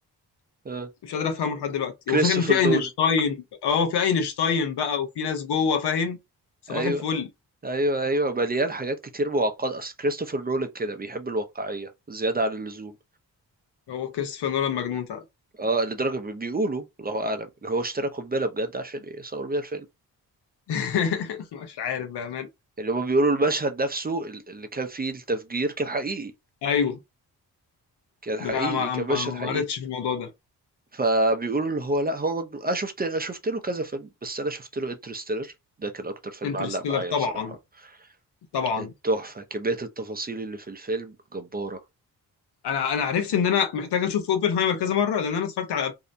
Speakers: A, on the right; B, on the left.
A: اه
B: مش قادر افهمه لحد دلوقتي
A: كريستوفر
B: وفكره ان في اينشتاين
A: نولان
B: اه في اينشتاين بقى وفي ناس جوه فاهم صباح
A: ايوه
B: الفل
A: ايوه ايوه مليان حاجات كتير معقدة اصل كريستوفر نولان كده بيحب الواقعية زيادة عن اللزوم
B: هو كريستوفر نولان مجنون فعلا
A: اه لدرجة بي- بيقولوا الله أعلم إن هو اشترى قنبلة بجد عشان إيه؟ يصور بيها الفيلم
B: <laughs> مش عارف بقى من
A: يعني هما بيقولوا المشهد نفسه ال- اللي كان فيه التفجير كان حقيقي
B: ايوه
A: كان
B: لا
A: حقيقي
B: ما
A: كان
B: ما
A: مشهد حقيقي
B: ما قريتش في الموضوع ده
A: فبيقولوا اللي هو لا هو مجنون أنا شفت أنا شفت له كذا فيلم بس أنا شفت له انترستيلر ده كان أكتر فيلم
B: انترستيلر
A: علق معايا
B: طبعا
A: بصراحة
B: طبعا
A: كانت تحفة كمية التفاصيل اللي في الفيلم جبارة
B: انا انا عرفت ان انا محتاج اشوف اوبنهايمر كذا مره لان انا اتفرجت على